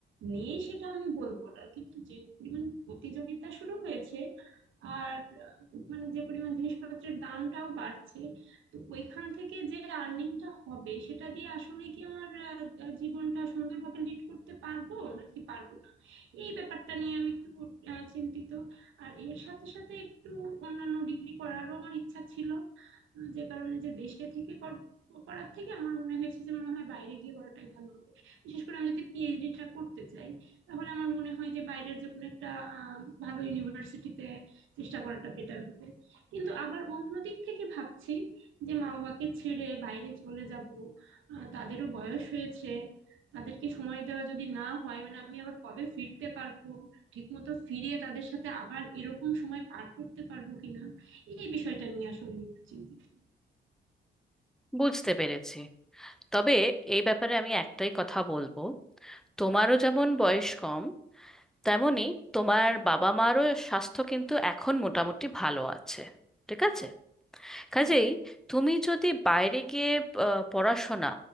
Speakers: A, on the right (about 90°); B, in the centre.
A: নেই সেটা আমি বলবো না কিন্তু যে পরিমাণ প্রতিযোগিতা শুরু হয়েছে আর আহ, মানে যে পরিমাণ জিনিসপত্রের দামটাও বাড়ছে তো ওইখান থেকে যে আর্নিংটা হবে সেটা দিয়ে আসলে কি আমার আহ, জীবনটা সুন্দরভাবে লিড করতে পারবো নাকি পারবো না এই ব্যাপারটা নিয়ে আমি একটু আহ, চিন্তিত আর এর সাথে সাথে একটু অন্যান্য ডিগ্রি করারও আমার ইচ্ছা ছিল আহ, যে কারণে যে দেশে থেকে কর- করার থেকে আমার মনে হয়েছে যে মনে হয় বাইরে গিয়ে করাটাই ভালো হবে বিশেষ করে আমি যদি পিএইচডিটা করতে চাই তাহলে আমার মনে হয় যে বাইরের যে কোনো একটা আহ, ভালো ইউনিভার্সিটিতে চেষ্টা করাটা বেটার হবে কিন্তু আবার অন্য দিক থেকে ভাবছি যে মা বাবাকে ছেড়ে বাইরে চলে যাব আহ, তাদেরও বয়স হয়েছে তাদেরকে সময় দেওয়া যদি না হয় মানে আমি আবার কবে ফিরতে পারবো ঠিক মতো ফিরে তাদের সাথে আবার এরকম সময় পার করতে পারবো কিনা এই বিষয়টা নিয়ে আসলে একটু চিন্তিত
B: বুঝতে পেরেছি তবে এই ব্যাপারে আমি একটাই কথা বলবো তোমারও যেমন বয়স কম তেমনি তোমার বাবা মারও স্বাস্থ্য কিন্তু এখন মোটামুটি ভালো আছে ঠিক আছে কাজেই
A: হ্যাঁ
B: তুমি যদি বাইরে গিয়ে আহ, পড়াশোনা